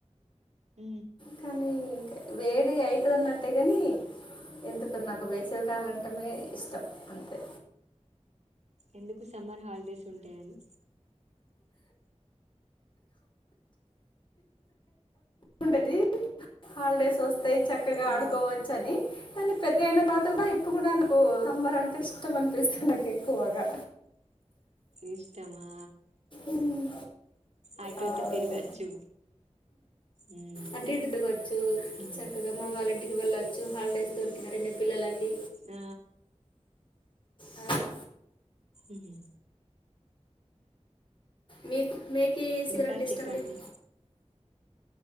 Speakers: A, on the right; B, on the left.
A: ఉ
B: కానీ వేడి అయితదిన్నట్టే కాని ఎందుకో నాకు వేసవికాలంటే ఇష్టం అంతే
A: ఎందుకు సమ్మర్ హాలిడేస్ ఉంటాయని
B: ఉంటది హాలిడేస్ వస్తాయి చక్కగా
A: ఆ
B: ఆడుకోవచ్చు అని కానీ పెద్ద అయిన తర్వాత కూడా ఇప్పుడు కూడా నాకు సమ్మర్ అంటే ఇష్టం అనిపిస్తుంది నాకు ఎక్కువగా
A: ఇష్టమా
B: ఉమ్.
A: అటు
B: అవును
A: ఇటు తిరగచ్చు. ఉమ్
B: అటు ఇటు తిరగోచ్చు
A: ఉహు
B: చక్కగా మా అమ్మ వాళ్ళ ఇంటికి ది వాళ్ళు వచ్చు హాలిడేస్ దొరికిన పిల్లలకి
A: ఆ
B: ఆ
A: ఉహు
B: మీకు మీకి సీజన్
A: ఇంకా
B: ఇష్టం
A: చెప్పండి
B: మీకు